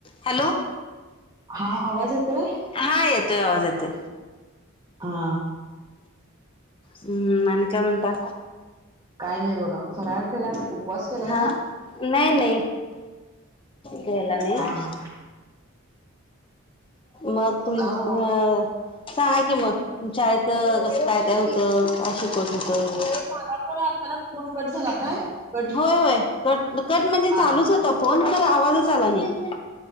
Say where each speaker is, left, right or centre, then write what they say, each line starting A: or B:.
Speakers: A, on the left; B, on the right.
A: Hello
B: हा आवाज येतोय
A: हा येतोय आवाज येतोय.
B: हा
A: हम्म आणि काय म्हणता?
B: काय नाही बघा फराळ केला. उपवास केलाय
A: हा
B: ना?
A: नाही नाही गेला नाही
B: हा हा
A: म तुम
B: का हो
A: अ <inaudible> सांगा की मग शाळेतं कसं काय काय होतं? काय शिकवत होतं?
B: मी खाणार पण हाय खरंच फोन कट झाला काय? कट
A: होय होय कट कट म्हणजे
B: हा
A: चालूच
B: हा
A: होता फोन खरं आवाजच आला नाही.